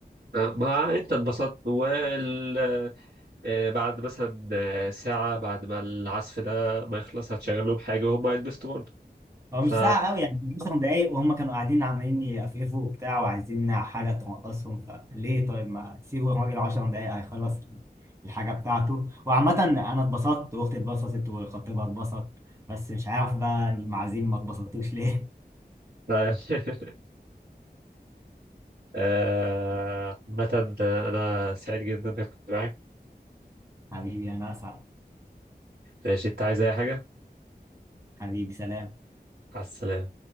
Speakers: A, on the right; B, on the right.
A: آه، ما انت اتبسطت وال آه، بعد مثلا آه، ساعة بعد ما العزف ده ما يخلص هتشغل لهم حاجة وهم هيتبسطوا برضه
B: هو
A: ف
B: مش ساعة قوي يعني كان 10 دقايق وهم كانوا قاعدين عمالين يقفقفوا وبتاع وعايزين حاجة تنقصهم فليه طيب ما سيبوا الراجل 10 دقايق هيخلص الحاجة بتاعته وعامة أنا اتبسطت وأختي اتبسطت وخطيبها اتبسط بس مش عارف بقى المعازيم ما اتبسطوش ليه
A: لا <laughs> آه، عامة أنا سعيد جدا إني كنت معاك
B: <laughs> حبيبي أنا أسعد
A: ماشي أنت عايز أي حاجة؟
B: حبيبي سلام
A: على السلامة